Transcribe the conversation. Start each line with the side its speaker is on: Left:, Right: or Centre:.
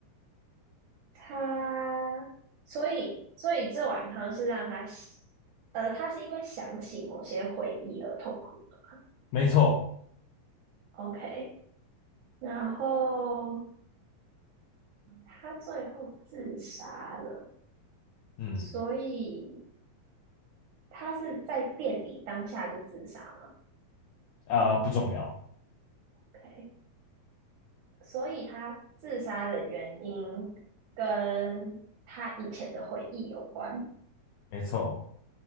Right: 他，所以所以这碗汤是让他，呃，他是因为想起某些回忆而痛苦的。
Left: 没错。
Right: OK，然后他最后自杀了，
Left: 嗯
Right: 所以他是在店里当下就自杀嘛
Left: 啊、不重要，
Right: ？OK，所以他自杀的原因跟他以前的回忆有关。
Left: 没错，